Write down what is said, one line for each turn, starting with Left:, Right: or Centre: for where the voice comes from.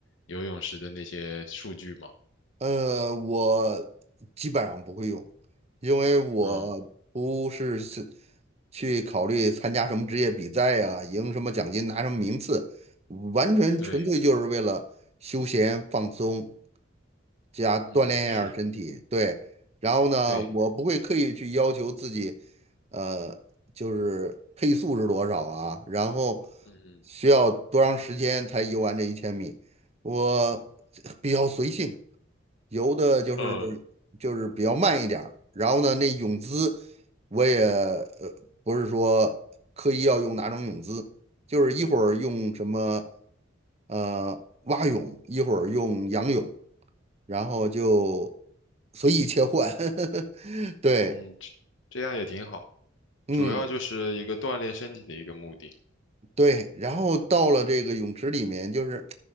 Left: 游泳时的那些数据吗？
Right: 呃，我基本上不会用，因为我不是是
Left: 嗯，
Right: 去考虑参加什么职业比赛呀、赢什么奖金、拿什么名次，完全纯粹就是为了休闲放松，
Left: 对，
Right: 加锻炼一下儿身体，
Left: 嗯，是，
Right: 对。然后呢，
Left: 对，
Right: 我不会刻意去要求自己，呃，就是配速是多少啊，然后
Left: 嗯
Right: 需要多长时间才游完这一千米，我比较随性，游的就是
Left: 嗯，呃，
Right: 就是比较慢一点儿然后呢，那泳姿我也呃不是说刻意要用哪种泳姿，就是一会儿用什么呃蛙泳，一会儿用仰泳。然后就随意切换，<laughs> 对，
Left: 嗯，这这样也挺好，
Right: 嗯，
Left: 主要就是一个锻炼身体的一个目的。
Right: 对，然后到了这个泳池里面，就是